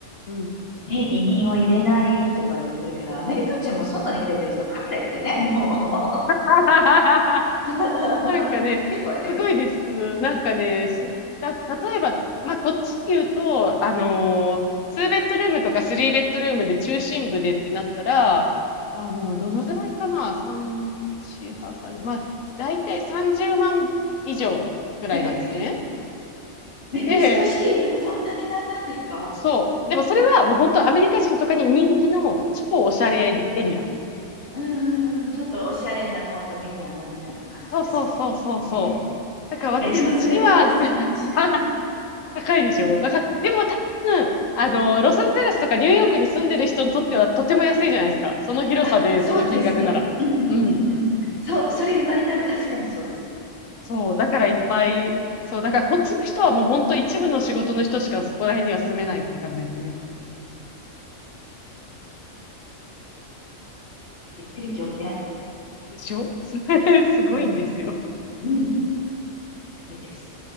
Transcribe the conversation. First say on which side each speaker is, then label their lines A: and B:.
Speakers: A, on the left; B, on the left.
A: うん。
B: ね、移民を入れないとか言ってるけど、アメリカ人も外に出てる人、帰れってね、<laughs> もう。
A: <laughs>
B: <laughs>
A: なんかね、
B: すごい。
A: すごいです。なんかね、し、た、例えば、まあ、こっちで言うと、あのー、2ベッドルームとか3ベッドルームで中心部でってなったら、あの、どのぐらいかな ?3、4、8、3、まあ、だいたい30万以上ぐらいなんですね。
B: <laughs> メキシコシティでもそんな値段なんですか
A: で、そう。でもそれはもう本当アメリカ人とかに人気の超おしゃれエリア。
B: うんうんうん。ちょっとおしゃれなコンドミニアムみたいな感じですよね、
A: そうそうそうそうそう。
B: きっとね。
A: だから私たちには、
B: え、でもそれでも30万。
A: <laughs> 高いでしょなんから、でも多分、あの、ロサンゼルスとかニューヨークに住んでる人にとってはとても安いじゃないですか。その広さで、
B: あ、そうですね。
A: その金額なら。
B: うんうんうんうんうん。
A: うん。
B: そう、それ言われたら確かにそうです。
A: そう、だからいっぱい、
B: うん
A: そう、だからこっちの人はもう本当一部の仕事の人しかそこら辺には住めないって感じですね。
B: びっくり仰天。
A: でしょ <laughs> すごいんですよ。
B: うん、うん、いいです。